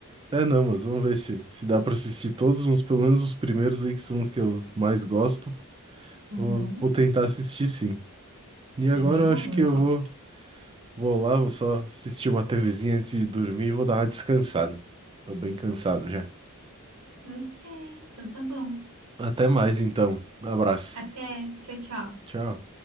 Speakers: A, on the right (about 25°); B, on the right (about 80°).
A: É, não, mas vamos ver se, se dá pra assistir todos, uns, pelo menos os primeiros aí que são os que eu mais gosto.
B: Uhum.
A: Vou, vou tentar assistir sim. E agora
B: É bem
A: eu
B: bom,
A: acho que
B: eu
A: eu
B: gosto.
A: vou. Vou lá, vou só assistir uma TVzinha antes de dormir e vou dar uma descansada. Tô bem cansado já.
B: Ok, então tá bom.
A: Até mais então. Abraço.
B: Até. Tchau, tchau.
A: Tchau.